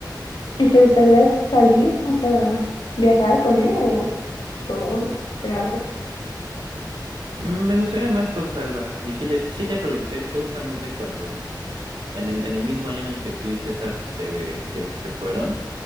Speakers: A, on the left; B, on the right.
A: ¿Y te gustaría salir, o sea, viajar con él o con Gerardo?
B: Mm, Me gustaría más con Salva. Y sí le, sí le pregunté justamente cuando, en el, en el mismo año en el que tú y César se, se, se fueron,